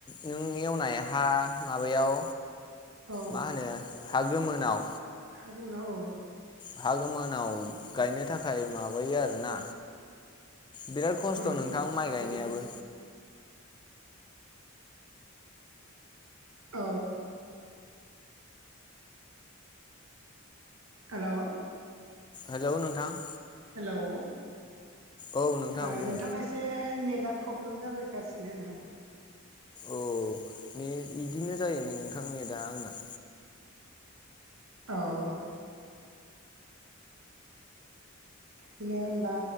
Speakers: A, on the left; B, on the right.
A: नों एवनाय हा माबायाव
B: औ
A: मा होनो हा गोमोनाव
B: हा गोमोनाव औ।
A: हा गो मोनाव गायनो थाखाय माबायो आरो ना। बिराद खस्थ
B: बिदिनो
A: नोंथां माइ गायनायाबो।
B: औ। हेलौ।
A: हेलौ नोंथां।
B: हेलौ ओ
A: औ नोंथां बुं
B: नोंथाङा एसे नेट दा प्रब्लेम जाबायगासिनो आंना।
A: औ ने बिदिनो जायो नोंथां नेदा आंना।
B: औ। बिदिनो होनबा